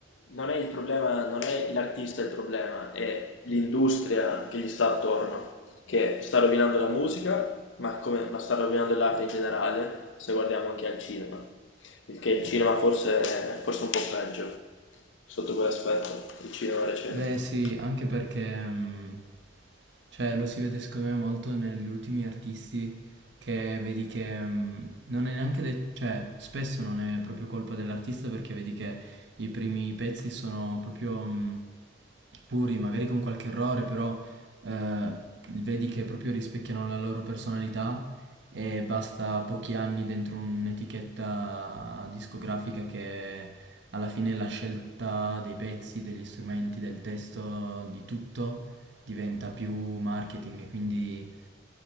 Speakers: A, on the left; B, on the right.
A: non è il problema, non è l'artista il problema, è l'industria che gli sta attorno, che sta rovinando la musica, ma, come- ma sta rovinando l'arte in generale, se guardiamo anche al cinema. Il che il cinema forse forse è un po' peggio sotto quell'aspetto, il cinema recente.
B: Beh sì, anche perché mh, cioè, lo si vede secondo me molto negli ultimi artisti che vedi che mh, non è neanche de- cioè spesso non è proprio colpa dell'artista perché vedi che i primi pezzi sono proprio mh, puri, magari con qualche errore, però eh, vedi che proprio rispecchiano la loro personalità e basta pochi anni dentro un'etichetta discografica che alla fine la scelta dei pezzi, degli strumenti, del testo, di tutto diventa più marketing e quindi